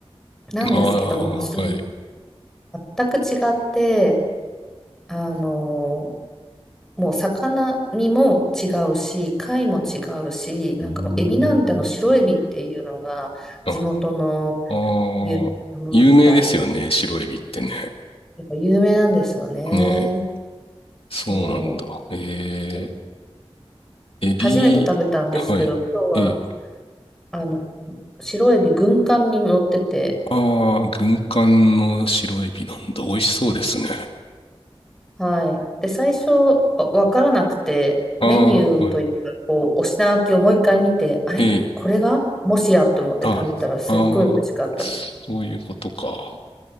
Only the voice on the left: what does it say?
ああ、
はい。
うーんあ、あ
あ有名ですよね、白エビってね。
ね、
そうなんだ。え
えエビ、
はい。え、
ああ、軍艦の白エビなんだ。美味しそうですね。
ああ、はい。え、あ、ああ、そういうことか。